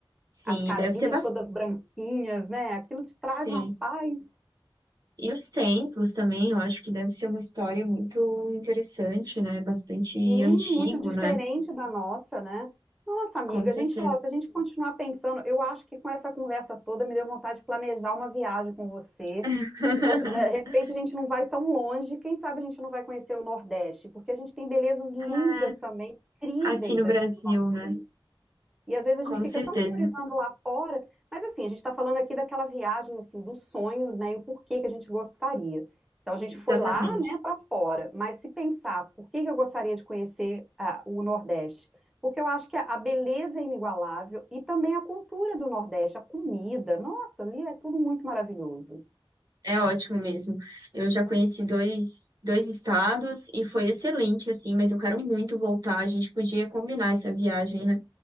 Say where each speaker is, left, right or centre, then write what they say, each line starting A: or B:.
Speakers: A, on the right (about 45°); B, in the centre.
A: Sim,
B: As casinhas
A: e deve ter bastante.
B: todas branquinhas, né? Aquilo te traz
A: Sim.
B: uma paz.
A: E os templos também, eu acho que deve ser uma história muito interessante, né? Bastante
B: Sim,
A: antigo,
B: muito diferente
A: né?
B: da nossa, né? Nossa, amiga,
A: Com
B: a gente,
A: certeza.
B: ó, se a gente continuar pensando, eu acho que com essa conversa toda me deu vontade de planejar uma viagem com você.
A: <laughs>
B: Lo- né, De repente a gente não vai tão longe, quem sabe a gente não vai conhecer o Nordeste, porque a gente tem belezas lindas
A: É,
B: também, incríveis
A: Aqui no
B: aqui
A: Brasil,
B: no nosso
A: né?
B: país. E às vezes a gente
A: Com
B: fica
A: certeza.
B: tão priorizando lá fora, mas assim, a gente está falando aqui daquela viagem assim dos sonhos, né, e o porquê que a gente gostaria. Então a gente
A: Exatamente.
B: foi lá, né, para fora, mas se pensar, por que que eu gostaria de conhecer ah, o Nordeste? Porque eu acho que a a beleza é inigualável e também a cultura do Nordeste, a comida, nossa, ali é tudo muito maravilhoso.
A: É ótimo mesmo. Eu já conheci dois, dois estados e foi excelente, assim, mas eu quero muito voltar. A gente podia combinar essa viagem, né?